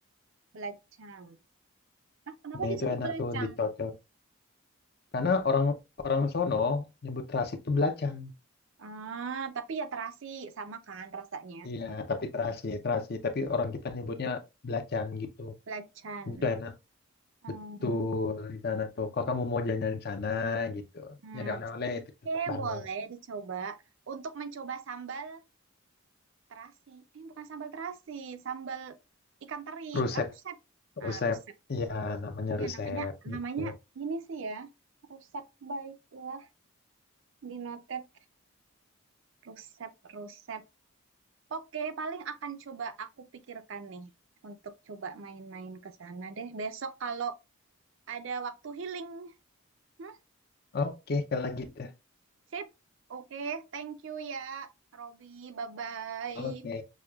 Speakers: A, on the right (about 60°); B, on the left (about 45°).
A: Belacang. Nah, kenapa
B: Nah
A: disebut
B: itu enak
A: belacang?
B: tuh dicocol. Karena orang orang sono nyebut terasi itu belacan.
A: Ah, tapi ya terasi sama kan rasanya.
B: Iya, tapi terasi, terasi. Tapi orang kita nyebutnya belacan gitu.
A: Belacan.
B: Itu enak.
A: Oh,
B: Betul di sana tuh. Kalau kamu mau jalan-jalan di sana gitu,
A: hmm.
B: nyari oleh-oleh itu cocok
A: Oke,
B: banget.
A: boleh dicoba. Untuk mencoba sambal terasi. Eh, bukan sambal terasi, sambal ikan teri.
B: Rusep,
A: Eh, ruset. Ah,
B: rusep.
A: ruset.
B: Iya, namanya
A: Ya,
B: rusep
A: namanya namanya
B: gitu.
A: ini sih ya. Ruset baiklah, dinotet. Ruset, ruset. Oke, paling akan coba aku pikirkan nih untuk coba main-main ke sana deh. Besok kalau ada waktu healing. Hmm,
B: Oke, kalau gitu.
A: sip. Oke, thank you ya, Robby. Bye-bye.
B: Oke,